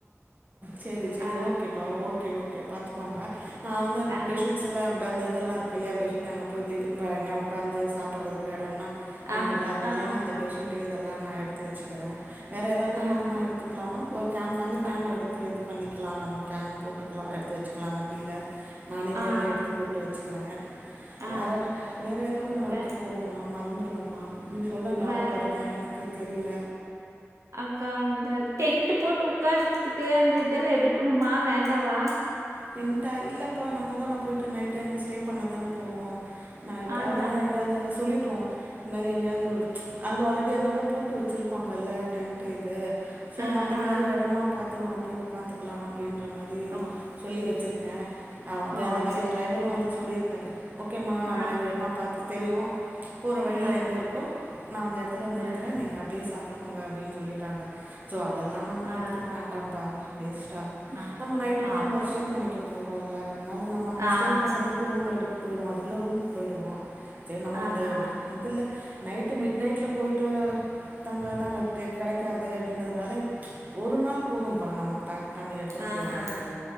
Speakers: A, on the right; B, on the right.
A: செரி செரி
B: ஆ
A: ஓகேப்பா ஓகே ஓ கே பாத்துகோங்க நா வந்து
B: ஆ
A: பெட்ஷீட்ஸ் எல்லா இப்ப அந்த இதெல்லா இருக்கல்லயா பெட்ஷீட்டு அங்க போய் இது <unintelligible> உக்காந்து சாப்டறதுக்கு எடோனா வேணுல்ல
B: ஆமா
A: அதனால
B: ஆ
A: நா அந்த பெட்ஷீட்டு இதெல்லா நா வெச்சி க்கிற வேறு எதாவது
B: ஆ
A: வேணுமா
B: அக்கா
A: எடுத்துக்கலாமா ஒரு கேன் தண்ணி
B: ஆ
A: கேன் எடுத்து இது பண்ணி வெக்கலா நம்ம கேன் போட்டுக்கலா எடுத்து வெச்சுக்கலா வண்டில நானு இங்கேர்ந்து
B: ஆ,
A: எடுத்து போட்டு வெச்சுக்கிறே
B: ஆ
A: வேற வேற எதாவது நம்ம எடுத்துட்டு
B: வே
A: போவோம்மா நம்ம வந்துருவோமா நீ சொல்லெ ஞாபகப்படுத்தே
B: வேற
A: எனக்கு தெரில
B: அக்கா இந்த டென்ட் போட்டு உக்காறதுக்கு அந்த இதெல்லா எடுக்கணுமா வேண்டாவா
A: டென்டா இல்லப்பா நம்மதான போயிட்டு நைட்டு அங்க ஸ்டே பண்ணதான போறோ நைட்டு
B: அதான்
A: அங்கனா எங்கயாது சொல்லிட்டுவோ இதுமாரி எங்கயாது அங்க ஆல்ரெடி அங்கங்க போட்டு வெச்சுருப்பாங்கல்ல டென்ட்டு இது சோ
B: ஆ
A: அந்த
B: ஆ
A: மாரி எடமா பாத் து நம்ம போய் உக்காந்துக்கலா அப்டின் ற மாரி
B: ஓ
A: வெச்சிருக்கே ஆ அது
B: ஓ
A: அந்த மாரி
B: சரி
A: டிரைவரு வந்து சொல்லி டாரு ஓகேமா அது
B: ஆ
A: மாரி எடமா பாத் தெரியு போற வழில
B: ஆ
A: எங்கருக்கோ நா அந்த எடத்துல நிறுத்துற
B: ஆ
A: நீங்க அப்டியே சாப்ட்டு கோங்க அப்டின் சொல்லிட்டாங்க சோ அதெலா நம்ம
B: ஆ ஆ
A: எடுத்துக்க வேண்டாம்ப்பா வேஸ்ட் டா
B: ஆ
A: நம்ம நைட்டு நாங்க
B: அப்போ
A: ஸ்டே பண்ணிக்கிற் போறல்ல அதல நம்ம அங்கே
B: ஆ
A: ஸ்டே பண்ணுறதுக்கு
B: சரி
A: ரூம் எடுக் போயிடுவோ அதுக்குள்ள ரூமுக்கு போயிடுவோ நம்ம
B: ஆஹா
A: இந்த இதுல நைட்டு மிட் நைட்டில்ல போயிட்டு தங்க வந்தாங்கே கெடைக்காது அப்டின்றதுனால ஒரு நாள் போதும்பா நம்ம பேக் பண்ணி எடுத்துட்டு
B: ஆ
A: போறதுக்கு
B: ஆ